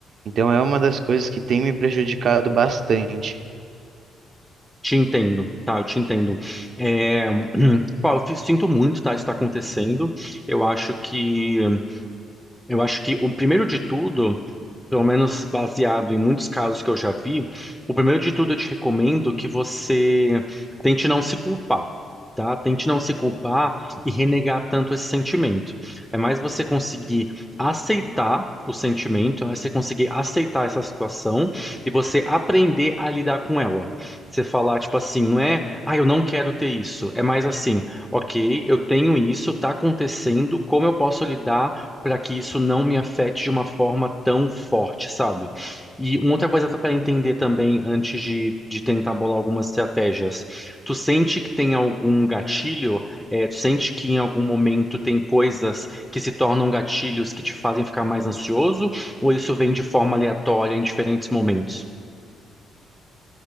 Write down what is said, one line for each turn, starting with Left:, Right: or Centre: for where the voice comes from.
Right: Então é uma das coisas que tem me prejudicado bastante.
Centre: te entendo, tá? Eu te entendo. É, <clears throat> pô, eu fi- sinto muito, tá? Isso está acontecendo. Eu acho que, eu acho que o primeiro de tudo pelo menos baseado em muitos casos que eu já vi, o primeiro de tudo eu te recomendo que você tente não se culpar. Tá? Tente não se culpar e renegar tanto esse sentimento. É mais você conseguir aceitar o sentimento, é mais você conseguir aceitar essa situação e você aprender a lidar com ela. Você falar, tipo assim, não é, ah, eu não quero ter isso. É mais assim, ok, eu tenho isso, tá acontecendo, como eu posso lidar? para que isso não me afete de uma forma tão forte, sabe? E uma outra coisa para entender também antes de, de tentar bolar algumas estratégias. Tu sente que tem algum gatilho? É, tu sente que em algum momento tem coisas que se tornam gatilhos que te fazem ficar mais ansioso? Ou isso vem de forma aleatória em diferentes momentos?